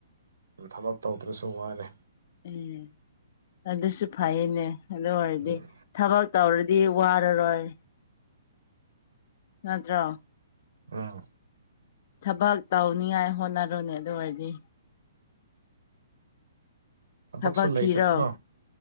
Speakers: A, on the right (about 85°); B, on the left (about 50°).
A: ꯎ ꯊꯕꯞ ꯇꯧꯗ꯭ꯔꯁꯨ ꯃꯥꯔꯦ
B: ꯎꯝ ꯅꯗꯁꯨ ꯐꯥꯏꯅꯦ ꯑꯗꯨ ꯑꯣꯏꯔꯗꯤ
A: ꯎꯝ
B: ꯊꯕꯛ ꯇꯧꯔꯗꯤ ꯋꯥꯔꯔꯣꯏ ꯅꯠꯇ꯭ꯔꯣ
A: ꯑꯥ
B: ꯊꯕꯛ ꯇꯧꯅꯤꯉꯥꯏ ꯍꯣꯠꯅꯔꯨꯅꯦ ꯑꯗꯨ ꯑꯣꯏꯔꯗꯤ
A: ꯊꯕꯛꯁꯨ
B: ꯊꯕꯛ
A: ꯂꯩꯇꯕꯀꯣ
B: ꯊꯤꯔꯣ